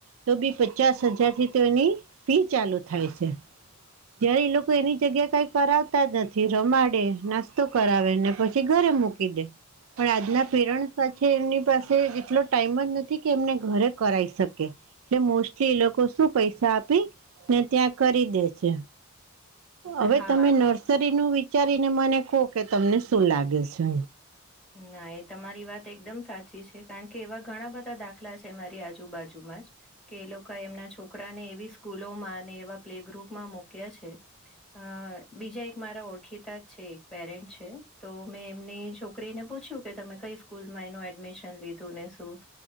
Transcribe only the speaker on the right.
તો બી પચાસ હજાર થી તો એની ફી ચાલુ થાય છે. જયારે લોકો એની જગ્યા કઈ કરાવતા જ નથી રમાડે નાસ્તો કરાવેને પછી ઘર મુકી દે પણ આજના પેરન્સ એમની પાસે એટલો ટાઈમ જ નથી. કે એમને ઘરે કરાઈ શકે એટલે મોસ્ટલી એ લોકો શું પૈસા આપી ને ત્યાં કરી દે છે.
હવે
તમે નર્સરીનું વિચારીને મને કહો કે તમને શું લાગે છે.